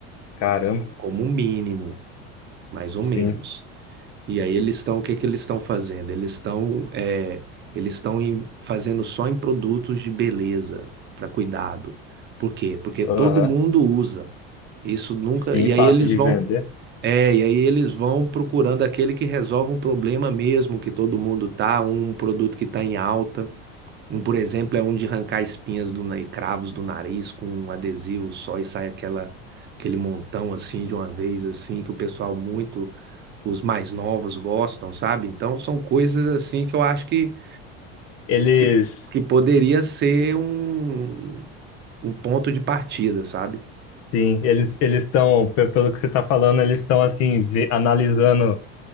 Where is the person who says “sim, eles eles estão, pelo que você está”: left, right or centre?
Left